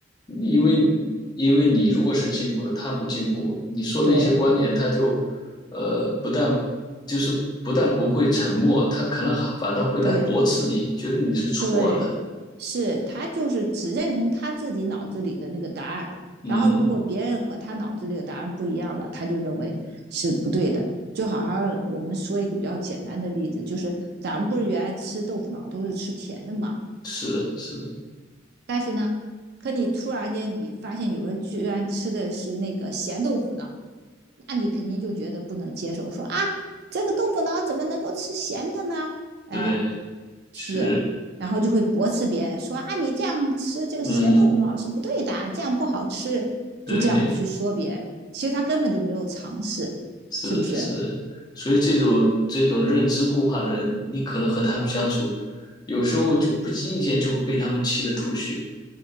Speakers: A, on the left (about 20°); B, on the right (about 55°).
A: 因为
B: 嗯，
A: 因为你如果是进步了，他不进步，你说的一些观点，
B: 对
A: 他就呃不但就是不但不会沉默，他可能还反倒会来驳斥你，
B: 对。
A: 觉得你是错的。
B: 对，是他就是只认同他自己脑子里的那个答案，
A: 嗯，
B: 然后如果别人和他脑子里的答案不一样了，他就认为是不对的。就好像我们说一个比较简单的例子，就是咱们不是原来吃豆腐脑都是吃甜的嘛，
A: 是的，是的，
B: 但是呢，可你突然间你发现有人居然吃的是那个咸豆腐脑，那你肯定就觉得不能接受，说啊，这个豆腐脑怎么能够吃咸的呢？哎，
A: 对，
B: 是，
A: 是，
B: 然后就会驳斥别人说啊，你这样吃这个咸豆腐脑是不对的，
A: 嗯，
B: 这样不好吃，就这样去说别人。
A: 对。
B: 其实他根本就没有尝试，
A: 是的，
B: 是不是？
A: 是的，所以这种这种认知固化的人，你可能和他们相处，有时候就不经意间就会被他们气得吐血，